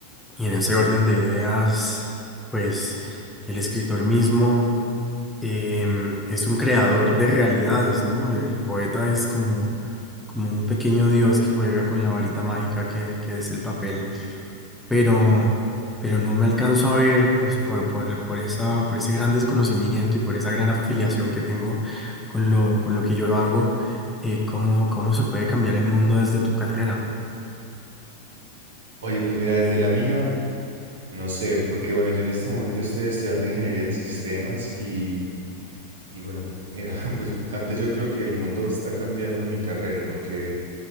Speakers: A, in the centre; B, on the right.
A: y en ese orden de ideas, pues el escritor mismo em, es un creador de realidades, ¿no? El, el poeta es como, como un pequeño dios que juega con la varita mágica que, que es el papel, pero, pero no me alcanzo a ver, pues, por, por, por esa, por ese gran desconocimiento y por esa gran afiliación que tengo con lo, con lo que yo hago, eh, cómo, cómo se puede cambiar el mundo desde tu carrera.
B: Oye, pues mira, desde la mía, no sé, porque bueno, yo en este momento estoy estudiando ingeniería en sistemas y, y bueno, mira, <laughs> pues antes yo creo que el mundo está cambiando mi carrera porque,